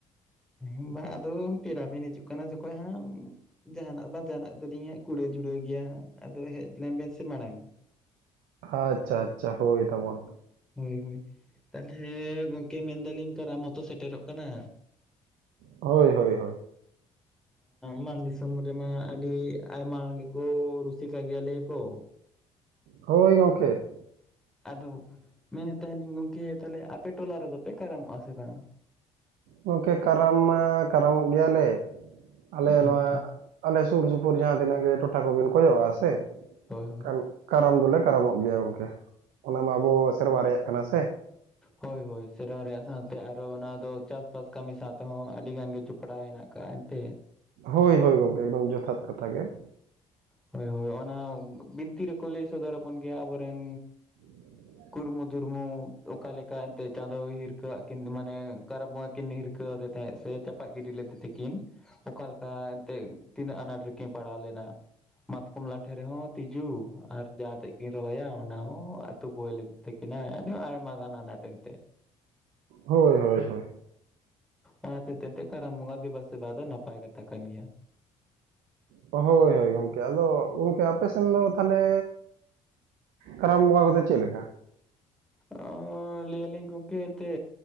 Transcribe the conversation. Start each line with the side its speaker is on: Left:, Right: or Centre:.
Centre: ᱦᱮᱸ ᱵᱟᱝ ᱟᱫᱚ ᱯᱮᱲᱟ ᱵᱤᱱ ᱦᱤᱡᱩᱜ ᱠᱟᱱᱟ ᱡᱚᱠᱷᱚᱱ ᱦᱟᱸᱜ ᱡᱟᱦᱟᱱᱟᱜ ᱵᱟᱝ ᱡᱟᱦᱟᱱᱟᱜ ᱫᱚᱞᱤᱧ ᱦᱟᱸᱜ ᱠᱩᱲᱟᱹ ᱡᱷᱩᱲᱟᱹᱣ ᱜᱮᱭᱟ ᱦᱟᱸᱜ ᱟᱫᱚ ᱦᱮᱡ ᱞᱮᱱ ᱵᱤᱱ ᱥᱮ ᱢᱟᱲᱟᱝ
Right: ᱟᱪᱪᱷᱟ ᱟᱪᱪᱷᱟ ᱦᱳᱭ ᱛᱟᱵᱚᱱ
Centre: ᱦᱳᱭ ᱦᱳᱭ ᱛᱟᱦᱚᱞᱮ ᱜᱚᱝᱠᱮ ᱢᱮᱱᱫᱟᱞᱤᱧ ᱠᱟᱨᱟᱢ ᱢᱟᱛᱚ ᱥᱮᱴᱮᱨᱚᱜ ᱠᱟᱱᱟ
Right: ᱦᱳᱭ ᱦᱳᱭ
Centre: ᱢᱟᱱ ᱫᱤᱥᱚᱢ ᱨᱮᱢᱟ ᱟᱹᱰᱤ ᱟᱭᱢᱟ ᱜᱮᱠᱚ ᱨᱩᱥᱤᱠᱟ ᱜᱮᱭᱟ ᱞᱟᱹᱭ ᱟᱠᱚ
Right: ᱦᱳᱭ ᱜᱚᱢᱠᱮ
Centre: ᱟᱫᱚ ᱢᱮᱱᱮᱫ ᱛᱟᱦᱮᱱᱤᱧ ᱜᱚᱢᱠᱮ ᱛᱟᱦᱚᱞᱮ ᱟᱯᱮ ᱴᱚᱞᱟ ᱨᱮᱫᱚ ᱯᱮ ᱠᱟᱨᱟᱢᱚᱜᱼᱟ ᱥᱮ ᱵᱟᱝ-ᱟ᱾
Right: ᱜᱚᱢᱠᱮ ᱠᱟᱨᱟᱢ ᱢᱟ ᱠᱟᱨᱟᱢᱚᱜ ᱜᱮᱭᱟᱞᱮ ᱟᱞᱮ ᱱᱚᱣᱟ
Centre: ᱟᱪᱪᱷᱟ
Right: ᱟᱞᱮ ᱥᱩᱨ ᱥᱩᱯᱩᱨ ᱡᱟᱦᱟᱸ ᱛᱤᱱᱟᱹᱜ ᱜᱮ ᱴᱚᱴᱷᱟ ᱠᱚᱵᱤᱱ ᱠᱷᱚᱡᱚᱜᱼᱟ ᱥᱮ ᱮ
Centre: ᱦᱳᱭ ᱦᱳᱭ
Right: ᱠᱷᱟᱱ ᱠᱟᱨᱟᱢ ᱫᱚᱞᱮ ᱠᱟᱨᱟᱢᱚᱜ ᱜᱮᱭᱟ ᱜᱚᱢᱠᱮ ᱚᱱᱟ ᱢᱟ ᱟᱵᱚ ᱥᱮᱨᱣᱟ ᱨᱮᱭᱟᱜ ᱠᱟᱱᱟ ᱥᱮ
Centre: ᱦᱳᱭ ᱦᱳᱭ ᱥᱮᱨᱣᱟ ᱨᱮᱭᱟᱜ ᱥᱟᱶᱛᱮ ᱟᱨᱚ ᱚᱱᱟ ᱫᱚ ᱪᱟᱥ ᱵᱟᱥ ᱠᱟᱹᱢᱤ ᱥᱟᱶᱛᱮᱦᱚᱸ ᱟᱹᱰᱤ ᱜᱟᱱ ᱜᱮ ᱡᱚᱯᱲᱟᱣ ᱦᱮᱱᱟᱜ ᱟᱠᱟᱜᱼᱟ ᱮᱱᱛᱮᱫ
Right: ᱦᱳᱭ ᱦᱳᱭ ᱜᱚᱢᱠᱮ ᱮᱠᱫᱚᱢ ᱡᱚᱛᱷᱟᱛ ᱠᱟᱛᱷᱟ ᱜᱮ
Centre: ᱦᱳᱭ ᱦᱳᱭ ᱚᱱᱟ ᱵᱤᱱᱛᱤ ᱨᱮᱠᱚ ᱞᱟᱹᱭ ᱥᱚᱫᱚᱨᱟᱵᱚᱱ ᱜᱮᱭᱟ ᱟᱵᱚᱨᱮᱱ
Right: <inaudible>
Centre: ᱠᱩᱨᱢᱩ ᱫᱷᱩᱨᱢᱩ ᱚᱠᱟ ᱞᱮᱠᱟ ᱮᱱᱛᱮᱫ ᱪᱟᱸᱫᱳ ᱦᱤᱨ ᱠᱷᱟᱹᱜᱣᱟᱜ ᱠᱤᱱ ᱢᱟᱱᱮ ᱠᱟᱨᱟ ᱵᱚᱸ ᱠᱤᱱ ᱦᱤᱨᱠᱟᱹᱣ ᱟᱫᱮ ᱛᱟᱦᱮᱸᱫ ᱥᱮ ᱪᱟᱯᱟᱜ ᱜᱤᱰᱤ ᱞᱮᱫᱮ ᱛᱮ ᱟᱹᱠᱤᱱ ᱚᱠᱟᱮᱠᱟ ᱮᱱᱛᱮᱫ ᱛᱤᱱᱟᱹᱜ ᱟᱱᱟᱴ ᱨᱮᱠᱤᱱ ᱯᱟᱲᱟᱣ ᱞᱮᱱᱟ ᱢᱟᱛᱠᱚᱢ ᱞᱟᱴᱷᱮ ᱨᱮᱦᱚᱸ ᱛᱤᱡᱩ ᱟᱨ ᱡᱟᱦᱟᱸ ᱛᱮᱡ ᱠᱤᱱ ᱨᱚᱦᱚᱭᱟ ᱚᱱᱟ ᱦᱚᱸ ᱟᱹᱛᱩ ᱵᱚᱦᱮᱞ ᱤᱫᱤ ᱛᱟᱹᱠᱤᱱ ᱛᱟᱦᱮᱱᱟ ᱟᱭᱢᱟ ᱜᱟᱱ ᱟᱱᱟᱴ ᱮᱱᱫᱛᱮ
Right: ᱦᱳᱭ ᱦᱳᱭ ᱦᱳᱭ
Centre: ᱚᱱᱟ ᱦᱚᱛᱮᱡ ᱛᱮ ᱮᱱᱛᱮ ᱠᱟᱨᱟᱢ ᱵᱚᱸᱜᱟ ᱫᱮᱵᱟ ᱥᱮᱵᱟ ᱫᱚ ᱱᱟᱯᱟᱭ ᱠᱟᱛᱷᱟ ᱠᱟᱱ ᱜᱮᱭᱟ
Right: ᱦᱳᱭ ᱦᱳᱭ ᱜᱚᱝᱠᱮ ᱟᱫᱚ ᱜᱚᱝᱠᱮ ᱟᱯᱮ ᱥᱮᱱ ᱫᱚ ᱛᱟᱦᱚᱞᱮ ᱠᱟᱨᱟᱢ ᱵᱚᱸᱜᱟ ᱠᱚᱫᱚ ᱪᱮᱫ ᱞᱮᱠᱟ
Centre: ᱟᱸᱻ ᱞᱟᱹᱭᱟᱞᱤᱧ ᱜᱚᱝᱠᱮ ᱮᱱᱛᱜ